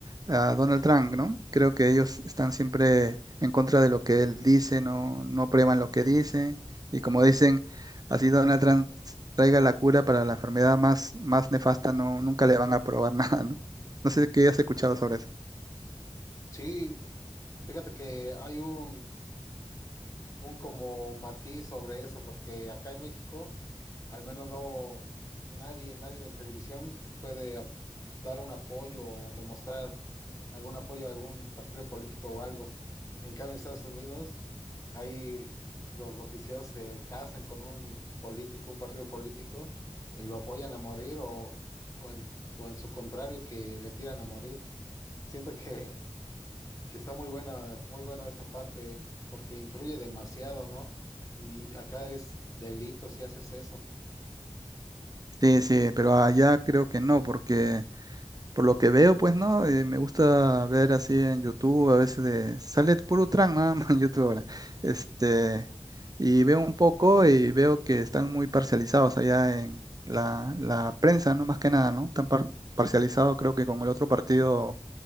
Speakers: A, on the right; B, on the left.
A: a Donald Trump, ¿no? Creo que ellos están siempre en contra de lo que él dice, no, no prueban lo que dice. Y como dicen, así Donald Trump traiga la cura para la enfermedad más, más nefasta, no, nunca le van a probar <laughs> nada, ¿no? No sé qué has escuchado sobre eso.
B: Sí, fíjate que hay un... un como matiz sobre eso, porque acá en México, al menos no nadie, nadie en televisión puede ap- dar un apoyo o demostrar algún apoyo a algún partido político o algo. En cambio, en Estados Unidos, ahí los noticieros se casan con un político, un partido político, y lo apoyan a morir o, o en, o en su contrario, que le tiran a morir. Siento que que está muy buena, muy buena esta parte, porque influye demasiado, ¿no? Y acá es delito si haces eso.
A: Sí, sí, pero allá creo que no, porque Por lo que veo, pues no, Eh, me gusta ver así en YouTube, a veces de, sale puro tran nada más <laughs> en YouTube ahora. Este, y veo un poco y veo que están muy parcializados allá en la, la prensa, ¿no? Más que nada, ¿no? Tan par- parcializado creo que con el otro partido